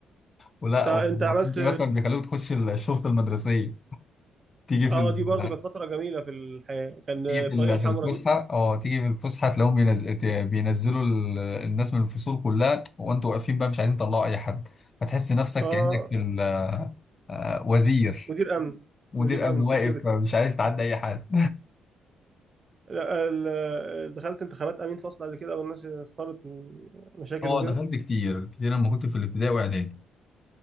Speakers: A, on the left; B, on the right.
A: ولا
B: انت
A: وكنت
B: انت عملت
A: مثلا بيخلوك تخش الشرطه المدرسيه تيجي في
B: اه
A: ال...
B: دي برضو كانت فتره جميله في الحياه كان
A: تيجي
B: الطاقيه
A: في ال-
B: الحمراء
A: في الفسحه
B: دي
A: اه تيجي في الفسحه تلاقيهم بينز... ت- بينزلوا ال- الناس من الفصول كلها وانتوا واقفين بقى مش عايزين تطلعوا اي حد هتحس نفسك
B: اه
A: كانك في ال... آه، وزير
B: مدير امن
A: مدير
B: مدير
A: امن
B: امن
A: واقف
B: سكيورتي
A: مش عايز تعدي اي حد
B: لا ال- دخلت انتخابات امين فصل قبل كده والناس اختارت ومشاكل
A: <laughs> اه
B: وكده
A: دخلت كتير كتير لما كنت في الابتدائي واعدادي